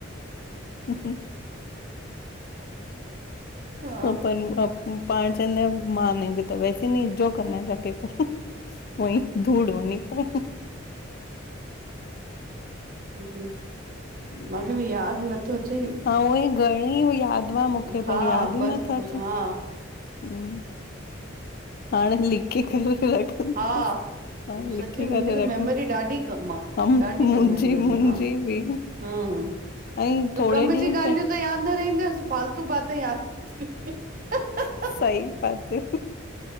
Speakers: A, on the left; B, on the right.
A: <unintelligible>
B: हा,
A: ह प पाणचन <inaudible> मानेगी तो वैसे नी जो करना है जाकर कर। उई धूड़ वनी पाए।
B: हम। <inaudible>
A: <inaudible>
B: मांखे बि याद नथो अच्चे।
A: हा उअई घणेई याद हूंदा मूंखे
B: हा
A: पर याद
B: बसि
A: ई नथा अचन।
B: हा
A: ह हाणें लिक्की करे रखंदसि
B: हा।
A: हा
B: पो
A: लिखी
B: सच्ची मुंहिंजी
A: करे
B: त
A: रखंद
B: मेमरी ॾाढी कम आ।
A: हा मुंहिंजी
B: ॾाढी कम मेमरी
A: मुंहिंजी
B: आह।
A: बि
B: हंअ
A: ऐं
B: जो
A: थोरे
B: कम
A: ॾींहं
B: जी ॻाल्हियूं
A: पै
B: त याद न रहिंदस फालतू बाते याद <unintelligible> रहंद।
A: सही बात हे